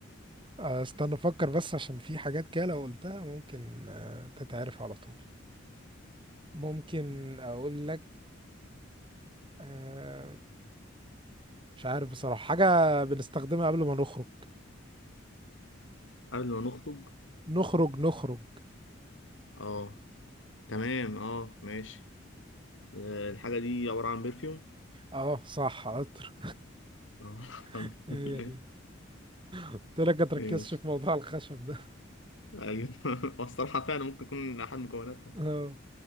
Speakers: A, on the right; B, on the left.
A: آه، استنى أفكر بس عشان في حاجات كده لو قلتها ممكن آه، تتعرف على طول ممكن
B: <laughs>
A: أقول لك آه، مش عارف بصراحة حاجة بنستخدمها قبل ما نخرج
B: قبل ما نخطب
A: نخرج نخرج
B: أه تمام أه ماشي آه، الحاجة دي عبارة عن برفيوم
A: اه صح عطر
B: آه. <laughs>
A: <laughs> هي دي قلت لك ما تركزش
B: ماشي
A: في موضوع الخشب ده
B: ايوه <laughs> اصل فعلا ممكن يكون احد مكوناتها
A: <laughs> آه.